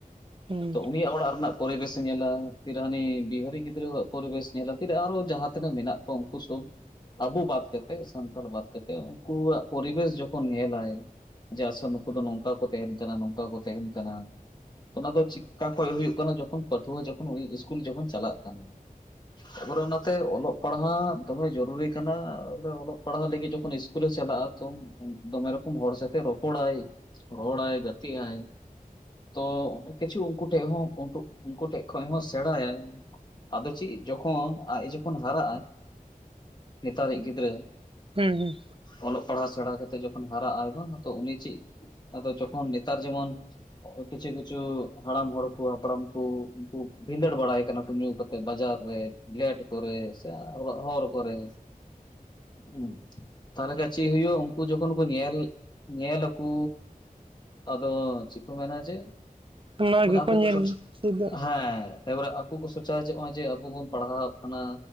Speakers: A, on the right; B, on the left.
A: <unintelligible>
B: ᱛᱚ ᱩᱱᱤᱭᱟᱜ ᱚᱲᱟᱜ ᱨᱮᱱᱟᱜ ᱯᱚᱨᱤᱵᱮᱥᱮ ᱧᱮᱞᱟ ᱯᱷᱤᱨ ᱦᱟᱹᱱᱤ ᱵᱤᱦᱟᱹᱨᱤ ᱜᱤᱫᱽᱨᱟᱹᱣᱟᱜ ᱯᱚᱨᱤᱵᱮᱥᱮ ᱧᱮᱞᱟ ᱯᱷᱤᱨ ᱟᱨᱚ ᱡᱟᱦᱟᱸ ᱛᱤᱱᱟᱹᱜ ᱢᱮᱱᱟᱜ ᱛᱚ ᱚᱝᱠᱩ ᱥᱚᱝ ᱟᱵᱩ ᱵᱟᱫ ᱠᱟᱛᱮᱫ ᱥᱟᱱᱛᱟᱲ ᱵᱟᱫ ᱠᱟᱛᱮ ᱩᱱᱠᱩᱣᱟᱜ ᱯᱚᱨᱤᱵᱮᱥ ᱡᱚᱠᱷᱚᱱ ᱧᱮᱞᱟᱭ ᱡᱮ ᱟᱥᱚᱞ ᱱᱩᱠᱩ ᱫᱚ ᱱᱚᱝᱠᱟ ᱠᱚ ᱛᱮᱦᱮᱱ ᱠᱟᱱᱟ ᱱᱚᱝᱠᱟ ᱠᱚ ᱛᱮᱦᱮᱱ ᱠᱟᱱᱟ ᱛᱚ ᱚᱱᱟᱫᱚ ᱪᱤᱜᱠᱟ ᱠᱷᱚᱡ ᱦᱩᱭᱩᱜ ᱠᱟᱱᱟ ᱡᱚᱠᱷᱚᱱ ᱯᱟᱹᱴᱷᱩᱣᱟᱹ ᱡᱚᱠᱷᱚᱱ ᱤᱥᱠᱩᱞ ᱡᱚᱠᱷᱚᱱ ᱪᱟᱞᱟᱜ ᱠᱟᱱᱟ ᱛᱟᱯᱚᱨᱮ ᱚᱱᱟᱛᱮ ᱚᱞᱚᱜ ᱯᱟᱲᱦᱟᱜ ᱫᱚᱢᱮ ᱡᱚᱨᱩᱨᱤ ᱠᱟᱱᱟ ᱚᱞᱚᱜ ᱯᱟᱲᱦᱟᱜ ᱞᱟᱹᱜᱤᱫ ᱡᱚᱠᱷᱚᱱ ᱤᱥ ᱠᱩᱞᱮ ᱪᱟᱞᱟᱜᱼᱟ ᱛᱚ ᱫᱚᱢᱮ ᱨᱚᱠᱚᱢ ᱦᱚᱲ ᱥᱟᱛᱮ ᱨᱚᱯᱚᱲᱟᱭ ᱨᱚᱲᱟᱭ ᱜᱟᱛᱮᱜ ᱟᱭ ᱛᱚ ᱠᱤᱪᱷᱩ ᱩᱱᱠᱩ ᱴᱷᱮᱡ ᱦᱚᱸ ᱩᱱᱠᱩ ᱴᱷᱮᱡ ᱠᱷᱚᱱ ᱦᱚᱸ ᱥᱮᱬᱟᱭᱟᱭ ᱟᱫᱚ ᱪᱤᱜ ᱡᱚᱠᱷᱚᱱ ᱟᱡ ᱡᱚᱠᱷᱚᱱ ᱦᱟᱨᱟᱜᱟᱭ ᱱᱮᱛᱟᱨᱤᱡ ᱜᱤᱫᱽᱨᱟᱹ
A: ᱦᱩᱸ ᱦᱩᱸ
B: ᱚᱞᱚᱜ ᱯᱟᱲᱦᱟᱜ ᱥᱮᱬᱟ ᱠᱟᱛᱮᱜ ᱡᱚᱠᱷᱚᱱ ᱦᱟᱨᱟᱜ ᱟᱭ ᱵᱟᱝ ᱢᱟᱛᱚ ᱩᱱᱤ ᱪᱤᱜ ᱟᱫᱚ ᱡᱚᱠᱷᱚᱱ ᱱᱮᱛᱟᱨ ᱡᱮᱢᱚᱱ ᱠᱤᱪᱷᱩ ᱠᱤᱪᱷᱩ ᱦᱟᱲᱟᱢ ᱦᱚᱲᱠᱩ ᱦᱟᱯᱲᱟᱢᱠᱩ ᱩᱱᱠᱩ ᱵᱷᱤᱸᱫᱟᱹᱲ ᱵᱟᱲᱟᱭ ᱠᱟᱱᱟ ᱠᱚ ᱧᱩ ᱛᱮ ᱵᱟᱡᱟᱨ ᱨᱮ ᱞᱮᱴ ᱠᱚᱨᱮ ᱥᱮ ᱦᱚᱨ ᱠᱚᱨᱮ ᱦᱩᱸ ᱛᱟᱦᱞᱮ ᱠᱷᱟᱡ ᱪᱤᱜ ᱦᱩᱭᱩᱜᱼᱟ ᱩᱱᱠᱩ ᱡᱚᱠᱷᱚᱱ ᱠᱚ ᱧᱮᱞ ᱧᱮᱞ ᱟᱹᱠᱩ ᱟᱫᱚ ᱪᱤᱜ ᱠᱚ ᱢᱮᱱᱟ ᱡᱮ
A: ᱚᱱᱟ
B: ᱢᱟᱱᱮ
A: ᱜᱮᱠᱚ
B: ᱟᱠᱩ
A: ᱧᱮᱞ ᱪᱮᱫᱟ
B: ᱦᱮᱸ ᱮᱵᱚᱨᱮ ᱟᱠᱚ ᱠᱚ ᱥᱚᱪᱟᱭᱚᱜᱼᱟ ᱡᱮ ᱱᱚᱜᱼᱚᱭ ᱡᱮ ᱟᱵᱚ ᱵᱚᱱ ᱯᱟᱲᱦᱟᱣᱟᱜ ᱠᱟᱱᱟ